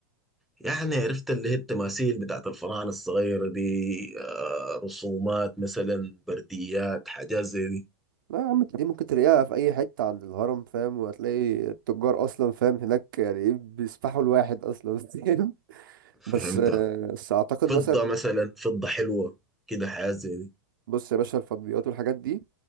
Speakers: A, in the centre; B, on the right.
A: يعني عرفت اللي هي التماثيل بتاعت الفراعنة الصغيرة دي آه، رسومات مثلا برديات حاجات زي دي
B: لا يا عم انت دي ممكن تلاقيها في اي حته عند الهرم فاهم وهتلاقي التجار اصلا فاهم هناك يعني ايه بيسفحوا الواحد اصلا <laughs> فاهم
A: فهمتها
B: بس آه، بس اعتقد
A: فضة
B: مثلا
A: مثلا فضة حلوة كده حاجات زي دي
B: بص يا باشا الفضليات والحاجات دي